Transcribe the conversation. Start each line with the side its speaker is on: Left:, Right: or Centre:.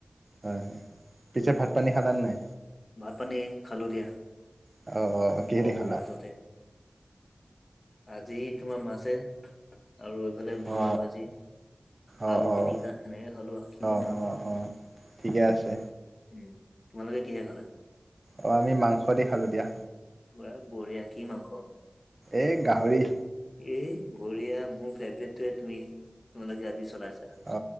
Right: হয় হয় পিছে ভাত পানী খালান নাই?
Left: ভাত পানী খালোঁ দিয়া।
Right: অ অ। কিহেদি
Left: গমৰ
Right: খালা
Left: মাজতে আজি তোমাৰ মাছে। আৰু এইফালে ভোল
Right: অ
Left: ভাজি,
Right: অ
Left: আলু
Right: অ
Left: পিটিকা,
Right: অ
Left: সেনেকে খালো আও কিনো
Right: অঁ
Left: খাম
Right: অঁ
Left: আৰু।
Right: অঁ ঠিকে আছে।
Left: উম তোমালোকে কিহে খালা?
Right: অ আমি মাংস দি খালোঁ দিয়া।
Left: ব বঢ়িয়া কি মাংস?
Right: এই গাহৰি।
Left: এই বৰিয়া মোৰ ফেভৰেটটোৱে তুমি তোমালোকে আজি চলাইছা।
Right: অ